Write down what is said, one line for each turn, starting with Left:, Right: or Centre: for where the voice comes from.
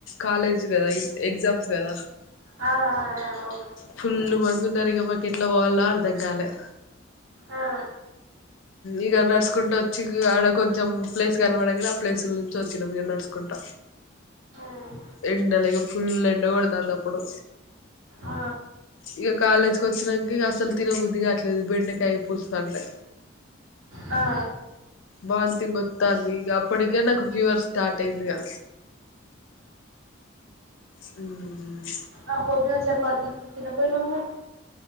Left: కాలేజ్ కదా ఎగ్జామ్స్ కదా
Right: ఆ అవును
Left: ఫుల్ మంది ఉన్నారు. ఇగా మాకెట్లా పోవల్నో అర్థం కాలే
Right: ఆ
Left: ఇగా నడుచుకుంటా వచ్చి ఇగా ఆడ కొంచెం ప్లేస్ కనబడాంగానే ఆ ప్లేసుల నుంచి వచ్చాము ఇగా నడుచుకుంటా
Right: ఉమ్,
Left: ఎండలా ఇగా ఫుల్ ఎండ కొడుతుంది. అప్పుడు
Right: ఆ
Left: ఇగా కాలేజ్కి వచ్చినక్కా అసలు తినబుద్ది కావట్లేదు. బెండకాయ పుల్స్ అంటే
Right: ఆ
Left: వథింగ్ వత్తాంది ఇగా అప్పటికే నాకు ఫీవర్ స్టార్ట్ అయింది. ఇగా హ్మ్మ్
Right: ఆ పొద్దున చపాతీ తినాపోయినవ్ మరి